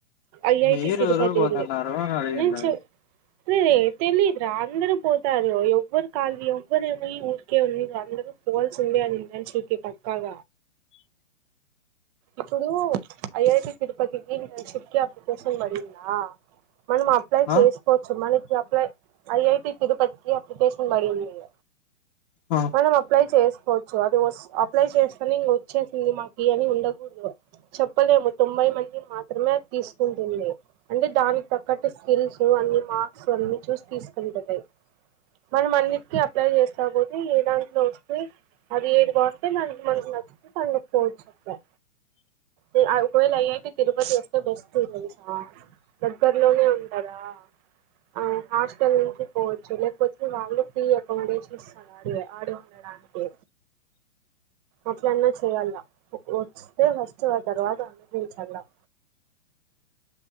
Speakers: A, on the right (about 30°); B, on the left (about 40°).
A: ఐఐటి
B: మీరు
A: తిరుపతి
B: ఎవరెవరు పోతున్నారు
A: ఇళ్లే
B: అని అడిగిండు
A: నిచ్చు రే రే తెలీదు రా అందరు పోతారు. ఎవ్వరు కాళీ ఎవ్వరు పోయి ఊరికే ఉంది అందరు పోవాల్సిదే అది ఇంటర్షిప్ కి కద ఇప్పుడు ఐఐటి తిరుపతికి ఇంటర్షిప్ కి అప్లికేషన్ బడిందా మనం అప్లై
B: ఆ
A: చేసుకోవచ్చు మనకి అప్లై ఐఐటి తిరుప కి అప్లికేషన్ బడింది ఇగ
B: ఆ
A: మనం అప్లై చేసుకోవచ్చు అది వస్తు అప్లై చేస్తని ఇంగ వచ్చేసింది మాకీ అని ఉండ చెప్పలేము తోంబయి మంది మాత్ర త్రమే తీసుకుంటుంది అంటే దానికి దగ్గట్టు స్కిల్స్ అన్ని మార్క్స్ అన్ని చూసి తీసుకుంటది మనం అన్నిటికీ అప్లై చేస్తా పోతే ఏ దాంట్లో వస్తే అది ఏది బాగుంటే దానికి మనకు నచ్చితే తనుక్కవచ్చు ఇంగ ఉ ఒకవేళ ఐఐటి తిరుపతి వస్తే బెస్ట్ తెలుసా దగ్గరలోనే ఉండదా ఆ హాస్టల్ నుంచి పోవచ్చు లేకపోతే వాళ్ళు ఫ్రీ అకామిడేషన్ ఇస్తారు ఆడే ఆడే ఉండడానికి అట్లన్నా చెయ్యల్ల తే ఫస్ట్ అ తర్వాత <unintelligible>